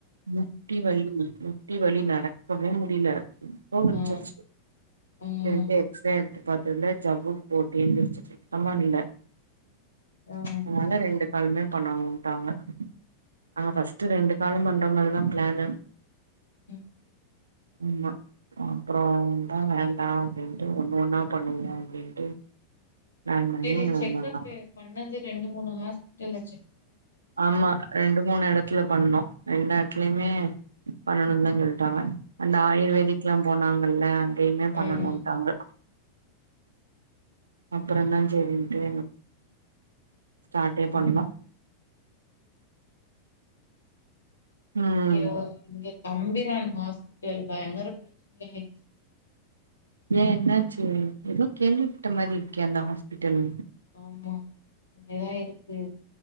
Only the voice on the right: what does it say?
முட்டி வலி முட்டி வலி நடக் ப்பவே முடில <unintelligible>
எக்ஸ்ரே எடுத்து பாத்து <unintelligible> ஜவ்வு போந்துர்ச்சு சுத்தமா இல்ல
அதனால ரெண்டு கால் மே பண்ணனுன்டாங்க ஆனா ஃபஸ்ட்டு ரெண்டு காலும் பண் ந்த மாறி தா பிளானு
அம்மா அப்புறோ தா வேண்டாம் அப்படின்ட்டு ஒண்ணொ ன்னா பண்ணுக அப்டின்ட்டு பிளான் பண்ணி
ஒண்ணு ஒன்னா
ஆமா ரெண்டு மூணு எடத்துல பண்ணோ ரெண்டெடத்லயுமே பண்ணணு தா சொல்ட்டாங்க அந்த
ஆயுர்வேதிக் லா போனாங் வல்லா எய்மே பண்ணணுன்ட்டாங்க
அப்புறந்தா சரின்ட்டு ஸ்டாட்டே பண்ணோ
ம்
ஏ என்னாச்சு ஏதோ கேள்வி பட்ட மாறி எந்த ஹாஸ்பிடல்